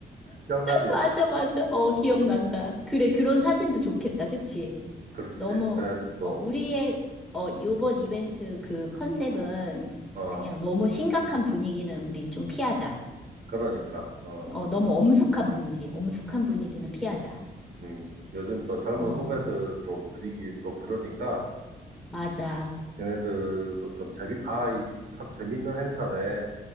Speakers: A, on the right; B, in the centre.
A: 기억나지?
B: 맞아, 맞아. 어, 기억난다.
A: 음,
B: 그래, 그런
A: 음.
B: 사진도 좋겠다. 그치?
A: 그렇지.
B: 너무,
A: 그래야지 또,
B: 어, 우리의, 어, 요번 이벤트 그 컨셉은
A: 어,
B: 그냥 너무 심각한 분위기는 우리 좀 피하자.
A: 그러니까, 어,
B: 어, 너무 엄숙한 분위기, 엄숙한 분위기는 피하자.
A: 음, 요즘 또 젊은
B: 어,
A: 후배들도 분위기 또 그러니까,
B: 맞아.
A: 걔네들도 좀 재미, 아, 이- 이참 재밌는 행사네.